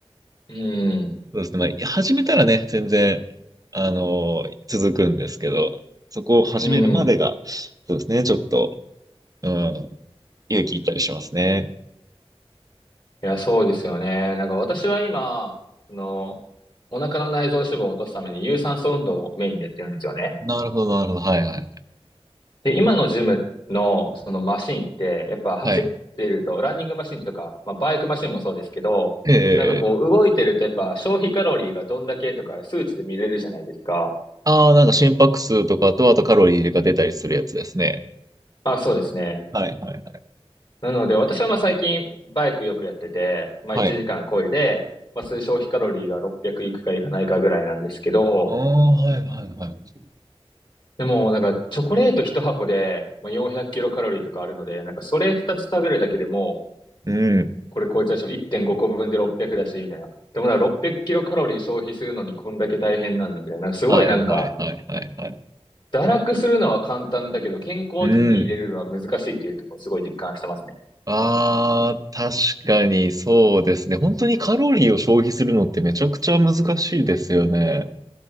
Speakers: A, on the left; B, on the right.
A: うん。
B: そうですね。まあ、始めたらね、全然、あのー続くんですけど、そこを始めるまでが、
A: うん。
B: そうですね、ちょっと、うん、勇気いったりしますね。
A: いや、そうですよね。なんか私は今、その、お腹の内臓脂肪を落とすために有酸素運動をメインでやってるんですよね。
B: なるほど、なるほど。はいはい。
A: で、今のジムのそのマシンって、やっぱ走ってると、
B: はい。
A: ランニングマシンとか、まあ、バイクマシンもそうですけど、
B: ええ
A: なんかこう動いてるとやっぱ消費カロリーがどんだけとか数値で見れるじゃないですか。
B: ああー、なんか心拍数とかと、あとカロリーが出たりするやつですね。
A: あ、そうですね。
B: はいはいはい。
A: なので私はまあ最近バイクよくやってて、まあ1時間漕いで、
B: はい
A: まあそういう消費カロリーが600いくかいかないかぐらいなんですけど、
B: ああ、はいはいはい。
A: でもなんかチョコレート1箱で、まあ、400キロカロリーとかあるので、なんかそれ2つ食べるだけでも
B: うん。
A: これ超えちゃうし、1.5個分で600だし、みたいな。でもなんか600キロカロリー消費するのにこんだけ大変なんだ、みたいな。なんかすごいなんか、
B: はいはいはいはいはい。
A: 堕落するのは簡単だけど、健康を手に入れるのは難しいっていうところをすごい実感してますね。
B: うん。ああ、確かにそうですね。本当にカロリーを消費するのってめちゃくちゃ難しいですよね。